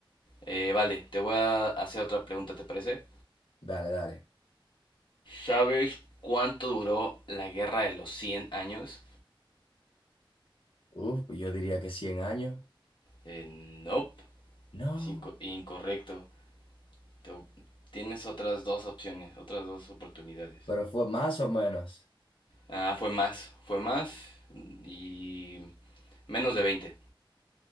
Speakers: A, on the left (about 65°); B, on the left (about 85°).
A: Eh, vale, te voy a hacer otra pregunta, ¿te parece?
B: Dale, dale.
A: ¿Sabes cuánto duró la guerra de los cien años?
B: Uf, pues yo diría que 100 años.
A: Eh, nope,
B: No.
A: es inco- incorrecto. Te- tienes otras dos opciones, otras dos oportunidades.
B: pero fue más o menos
A: Ah, fue más, fue más y menos de 20,